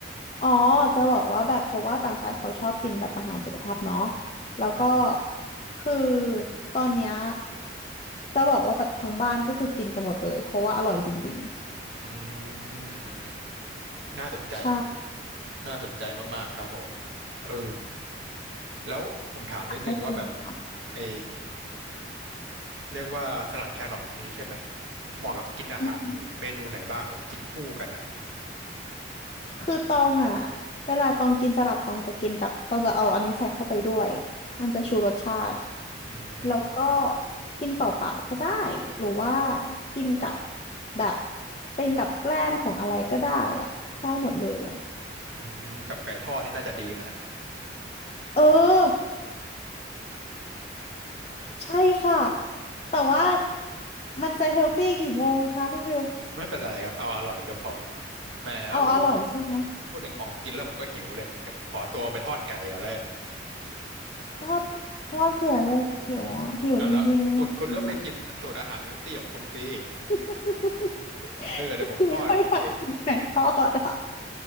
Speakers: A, on the left; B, on the right.
A: อ๋อจะบอกว่าแบบเพราะว่าต่างชาติเขาชอบกินแบบอาหารสุขภาพเนาะแล้วก็
B: อืม
A: คือตอนเนี้ยจะบอกว่าแบบทั้งบ้านก็คือกินกันหมดเลยเพราะว่าอร่อยจริง
B: อืมอืมอืม น่าสนใจ
A: ๆใช่
B: น่าสนใจมากๆ ครับผมเออแล้วผมถามนิดนึงว่าแบบ
A: อยากให้ไปลองท
B: เออเรียกว่าสลัดแครอทอันนี้ใช่ไหมเหมาะกับกินอาหารเมนูไหนบ้างแบบกินคู่กันอ่ะ
A: ำอือหือคือตองอ่ะเวลาตองกินสลัดตองจะกินกับตองจะเอาอันนี้ใส่เข้าไปด้วยมันจะชูรสชาติ
B: อื
A: แล้วก็
B: ม
A: กินเปล่าๆก็ได้หรือว่ากินกับแบบเป็นกับแกล้มของอะไรก็ได้อ่ะได้หมดเลยอ่ะ
B: อืมกับไก่ทอดนี่น่าจะดีนะฮะ
A: เออ ใช่ค่ะแต่ว่ามันจะเฮลตี้กี่โมงคะคุณวิว
B: ไม่เป็นไรครับเอาอร่อยก็พอแหมพูด
A: เอาอร่อยใช่ไหม
B: พูดถึงของกินแล้วผมก็หิวเลย เดี๋ยวผมขอตัวไปทอดไก่ก่อนแล้วกัน
A: ทอดทอดเผื่อเลยหิวอะหิวจริงๆอะอยากกินอ่ะ
B: อ่ะแล้วคุณคุณก็ไปกินสูตรอาหารเฮลตี้ของคุณสิ
A: <laughs>
B: เออเดี๋ยวผมทอดของผมเอง
A: ก็อยากกินไก่ทอดอ่ะ